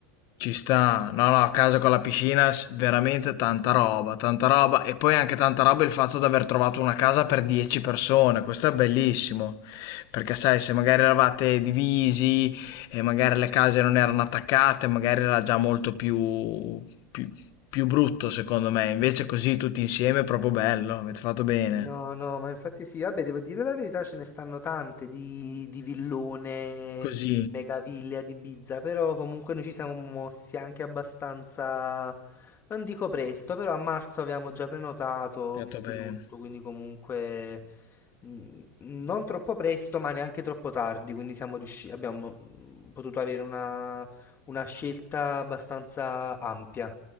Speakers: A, on the left; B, on the left.
A: Ci sta, no, no, a casa con la piscina, s- veramente tanta roba, tanta roba. E poi anche tanta roba il fatto di aver trovato una casa per 10 persone, questo è bellissimo. Perché sai, se magari eravate divisi e magari le case non erano attaccate, magari era già molto più, più, più brutto secondo me. Invece così tutti insieme è proprio bello, avete fatto bene.
B: No, no, ma infatti sì, vabbè, devo dire la verità, ce ne stanno tante di, di villone,
A: Così,
B: megaville ad Ibiza, però comunque noi ci siamo mossi anche abbastanza, non dico presto, però a marzo avevamo già prenotato,
A: fatto
B: visto
A: bene.
B: tutto, quindi comunque mh, non troppo presto, ma neanche troppo tardi, quindi siamo riusciti, abbiamo mh, potuto avere una, una scelta abbastanza ampia.